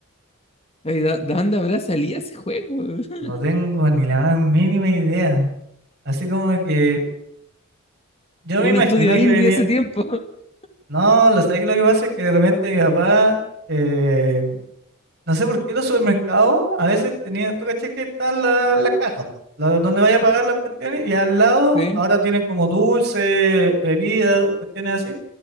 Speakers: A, on the left; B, on the right.
A: Ay, ¿De de dónde habrá salido ese juego? <laughs>
B: No tengo ni la más mínima idea. Así como que yo
A: Un
B: me imagino
A: estudio indie
B: que venía.
A: de ese tiempo. <laughs>
B: No, lo sabes que lo que pasa es que de repente mi papá, eh, no sé por qué los supermercados a veces tenían, tú caché que están las las cajas, la- donde vaya a pagar las cuestiones, y al lado
A: Sí,
B: ahora tienen como dulce, bebidas, cuestiones así.